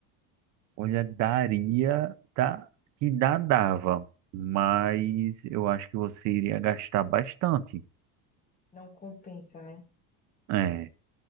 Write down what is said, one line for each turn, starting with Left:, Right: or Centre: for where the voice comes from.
Right: Olha, daria, tá, que dá, dava, mas eu acho que você iria gastar bastante.
Left: Não compensa, né?
Right: É,